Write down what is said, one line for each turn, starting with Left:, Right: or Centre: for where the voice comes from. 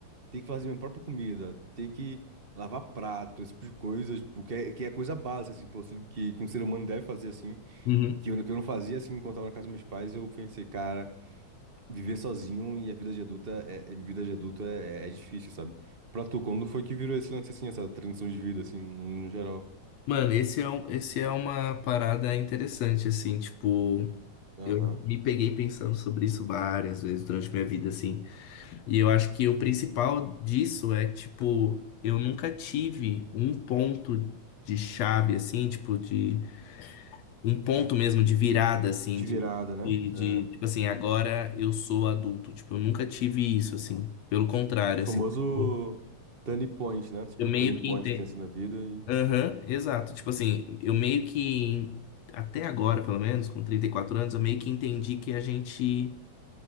Right: ter que fazer minha própria comida, ter que lavar prato, esse tipo de coisas, tipo, que é, que é coisa básica, assim, pô, assim, que, que um ser humano deve fazer, assim,
Left: uhum.
Right: e que eu, que eu não fazia, assim, enquanto eu tava na casa dos meus pais, eu pensei, cara... Viver sozinho e a vida de adulta é, é- vida de adulto é, é difícil, sabe? Pra tu, quando foi que virou esse lance assim, essa transição de vida, assim, no, no geral?
Left: Mano, esse é um, esse é uma parada interessante, assim, tipo,
Right: Aham.
Left: eu me peguei pensando sobre isso várias vezes durante minha vida, assim. E eu acho que o principal disso é, tipo, eu nunca tive um ponto de chave, assim, tipo, de um ponto mesmo de virada, assim,
Right: De
Left: de,
Right: virada, né?
Left: de, de,
Right: É.
Left: tipo assim, agora eu sou adulto. Tipo, eu nunca tive isso, assim. Pelo contrário,
Right: O famoso
Left: assim, tipo,
Right: turning point, né? Tipo,
Left: eu meio
Right: turning point
Left: que entendo.
Right: tem assim na vida e,
Left: Aham, exato. Tipo assim, eu meio que, até agora, pelo menos, com 34 anos, eu meio que entendi que a gente.